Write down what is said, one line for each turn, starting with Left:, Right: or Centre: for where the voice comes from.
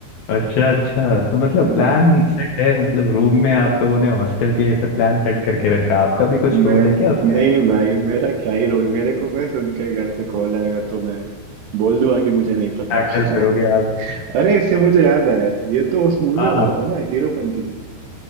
Left: अच्छा अच्छा तो मतलब
Right: हाँ
Left: प्लान
Right: हाँ
Left: सेट है मतलब रूम में आप लोगों ने हॉस्टल के ये सब प्लान सेट करके रखा आपका भी कुछ
Right: मैं
Left: रोल है क्या उसमें
Right: नहीं भाई मेरा क्या ही रोल मेरे को बस उनके घर से कॉल आएगा तो मैं बोल दूंगा कि मुझे नहीं पता
Left: हैंडल
Right: <laughs> कहाँ
Left: करोगे
Right: है
Left: आप
Right: अरे इससे मुझे याद आया ये तो उस मूवी
Left: हाँ
Right: में हुआ
Left: हाँ
Right: था ना हीरोपंती